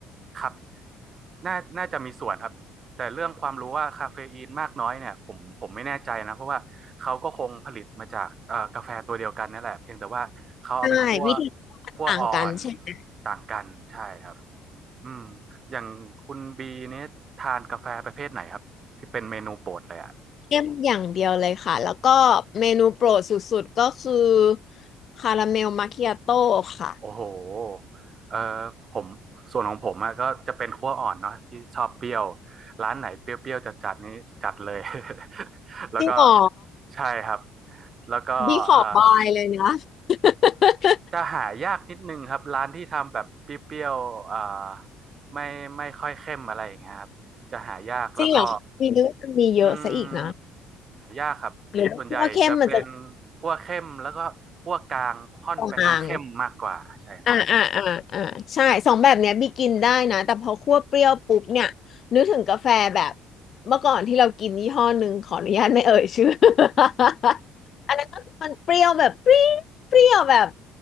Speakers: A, on the right; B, on the left.
A: ครับ น่าน่าจะมีส่วนครับแต่เรื่องความรู้ว่าคาเฟอีนมากน้อยเนี่ยผมผมไม่แน่ใจนะเพราะว่าเขาก็คงผลิตมาจากเอ่อกาแฟตัวเดียวกันนั่นแหละเพียงแต่ว่าเขาเอาไปคั่ว
B: ใช่วิธีมันต่างกันใช่ไหม
A: คั่วอ่อนต่างกันใช่ครับอืมอย่างคุณบีเนี่ยทานกาแฟประเภทไหนครับที่เป็นเมนูโปรดเลยอ่ะ
B: เข้มอย่างเดียวเลยค่ะแล้วก็เมนูโปรดสุดๆก็คือคาราเมลมาคิอาโต้ค่ะ
A: โอ้โหเออผมส่วนของผมอะก็จะเป็นคั่วอ่อนเนาะที่ชอบเปรี้ยวร้านไหนเปรี้ยวๆจัดๆนี้จัดเลย <laughs> แล้วก็
B: จริงเหรอ
A: ใช่ครับแล้วก็เอ่อ
B: บีขอบายเลยนะ <laughs>
A: จะหายากนิดนึงครับร้านที่ทำแบบเปรี้ยวๆเอ่อไม่ไม่ค่อยเข้มอะไรอย่างเงี้ยครับจะหายากแล้วก็
B: จริงเหรอมีเยอะมีเยอะซะอีกนะ
A: อืมหายากครับส่วนใหญ่จะเป็น
B: หรือว่า่เข้มมันจะ
A: คั่วเข้มแล้วก็คั่วกลางค่อนไปทางเข้มมากกว่าใช่ครับ
B: กลาง อ่าอ่าอ่าอ่าใช่สองแบบเนี้ยบีกินได้นะแต่พอคั่วเปรี้ยวปุ๊บเนี่ยนึกถึงกาแฟแบบเมื่อก่อนที่เรากินยี่ห้อหนึ่งขออนุญาตไม่เอ่ยชื่อ <laughs> อันนั้นก็มันเปรี้ยวแบบปรี้เปรี้ยวแบบ